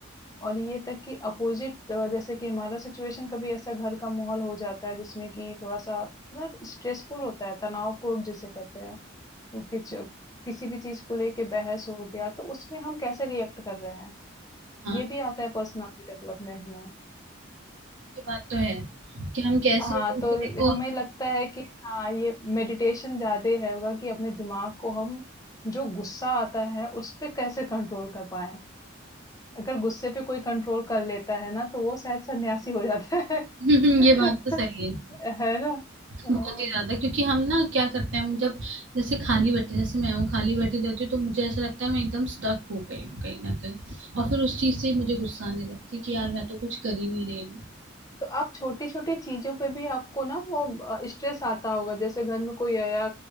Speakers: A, on the left; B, on the right.
A: और ये तक कि अपोज़िट अ, जैसे कि हमारा सिचुएशन कभी ऐसा घर का माहौल हो जाता है जिसमें कि थोड़ा-सा ना स्ट्रेसफुल होता है, तनावपूर्ण जिसे कहते हैं। तो किच किसी भी चीज़ को लेके बहस हो गया, तो उसमें हम कैसे रिएक्ट कर रहे हैं,
B: हाँ
A: ये भी आता है पर्सनैलिटी डेवलपमेंट में।
B: ये बात तो है कि हम कैसे
A: हाँ,
B: दूसरे
A: तो
B: को
A: हमें लगता है कि हाँ, ये मेडिटेशन ज़्यादा है होगा कि अपने दिमाग को हम जो गुस्सा आता है, उस पे कैसे कंट्रोल कर पाएँ। अगर गुस्से पे कोई कंट्रोल कर लेता है ना, तो वो शायद सन्यासी हो जाता है।
B: <laughs>
A: <laughs>
B: ये बात तो सही है
A: है ना? हाँ,
B: बहुत ही ज्यादा क्योंकि हम ना क्या करते हैं हम जब जैसे खाली बैठे जैसे मैं हूँ खाली बैठी रहती हूँ तो मुझे ऐसा लगता है मैं एकदम स्टक हो गई हूँ कहीं ना कहीं और फिर उस चीज से ही मुझे गुस्सा आने लगती है कि यार मैं तो कुछ कर ही नहीं रही हूँ
A: तो आप छोटी-छोटी चीज़ों पे भी आपको ना वो अ, स्ट्रेस आता होगा जैसे घर में कोई आया